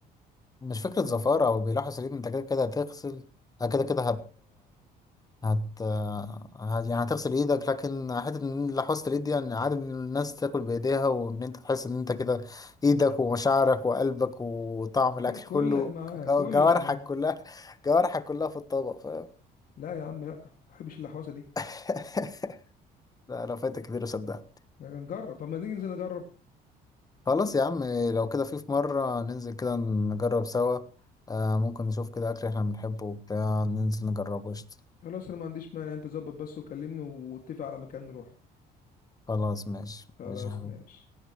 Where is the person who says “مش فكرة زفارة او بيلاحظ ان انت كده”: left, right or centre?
Left